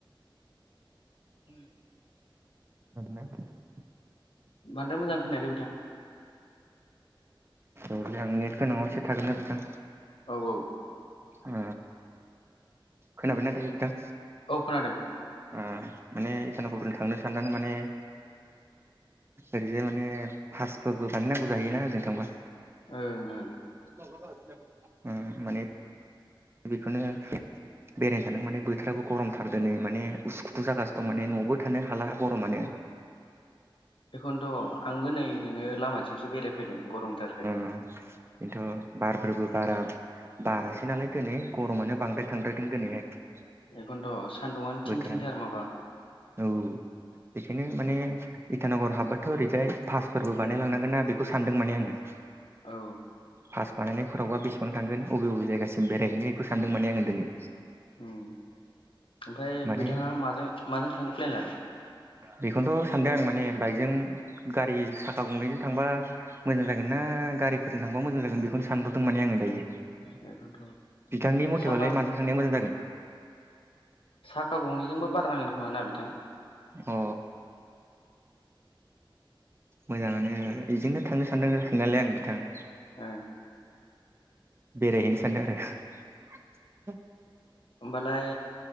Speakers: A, on the left; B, on the right.
A: <unintelligible>
B: <unintelligible>
A: बांद्राय मोजां खोनायाखै बिथां।
B: औलै आं नेट गोनाङाव एसे थाग्रोनो बिथां।
A: औऔ।
B: ओ खोनाबायना दायो बिथां।
A: औ खोनादों।
B: ओ माने इटानगरफोर थांनो साननानै माने ओरैजाय माने फासफोरबो बानायनांगौ जाहैयोना ओजों थांबा।
A: ओं ओं
B: उम माने बिखोनो बेरायनो सानदों माने बोथोराबो गरमथार दोनै माने उसुखुथु जागासिनो दं माने नआवबो थानो हाला गरमानो।
A: एखोनथ आंबो नै ओरैनो लामाथिंसो बेरायफैदों गरमथारखाय।
B: उम। बेन्थ बारफोरबो बारा बाराखैनालाय दोनै। गरमानो बांद्राय थांद्रायदों दिनैहाय
A: बेखौनोथ' सान्दुंआनो थिं
B: बोथोरा।
A: थिंथार माबा
B: औ बेखायनो माने इटानगर हाबबाथ ओरैजाय पासफोरबो बानायलांनांगोन
A: ओं
B: ना बेखौ सानदों माने आङो।
A: औ।
B: पास बानायनायफोरावबा बेसेबां थांगोन अबे-अबे जायगासिम बेरायहैनो खौ सानदों माने आङो दोनै।
A: उम। ओमफ्राय
B: माने
A: बिथाङा माजों-माजों थांनो प्लेन लादों।
B: बेखौनोथ' सानदों आं माने बाइकजों गारि साखा गंनैजों थांबा मोजां जागोन ना गारिफोरजों थांबा मोजां जागोन बेखौनो सानहरदों माने आङो दायो।
A: बेखौनोथ'
B: बिथांनि मथे
A: साखा
B: बालाय माजों थांनाया मोजां जागोन।
A: साखा गंनैजोंबा बारनांगोन खोमा ना बिथां।
B: अ मोजाङानो। उम इजोंनो थांनो सानदों साननायालाय आं बिथां।
A: ओ।
B: बेरायहैनो सानदों आरो।
A: होमबालाय